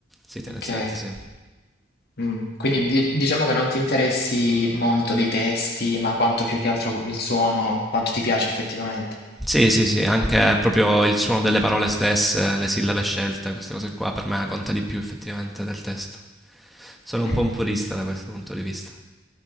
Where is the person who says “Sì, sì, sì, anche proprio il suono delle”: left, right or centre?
Centre